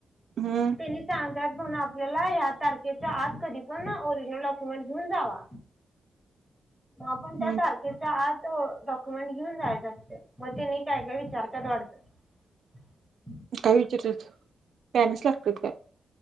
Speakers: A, on the right (about 70°); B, in the centre.
A: हम्म
B: तेनी सांगत्यात. म्हणून आपल्याला ह्या तारखेच्या आत कधी पण ओरिजनल डॉक्युमेंट घेऊन जावा. आपण त्या
A: हम्म
B: तारखेचा आत तो डॉक्युमेंट घेऊन, जायच असतयं. मग तेनी काय काय विचार <unintelligible>
A: काय विचारत्यात, पँरेट्स लागत्यात काय?